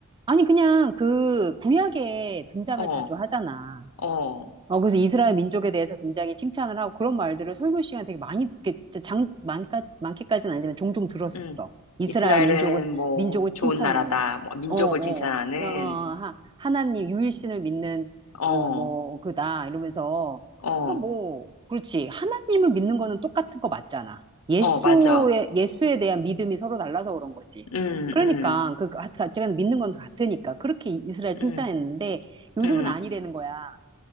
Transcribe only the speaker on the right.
아니, 그냥 그 구약에 등장을
자주 하잖아.
어, 그래서 이스라엘 민족에 대해서 굉장히 칭찬을 하고 그런 말들을 설교 시간 되게 많이, 이렇게 장, 많까, 많게까지는 아니지만 종종 들었었어.
이스라엘
민족을,
민족을
칭찬하는.
어, 어,
어, 어, 하, 하나님, 유일신을 믿는,
어, 뭐, 그다, 이러면서.
그러니까 뭐, 그렇지. 하나님을 믿는 거는 똑같은 거 맞잖아. 예수에,
예수에 대한 믿음이 서로 달라서 그런 거지.
그러니까,
그, 가- 제가 믿는 건 같으니까. 그렇게 이스라엘 칭찬했는데,
요즘은
아니라는 거야.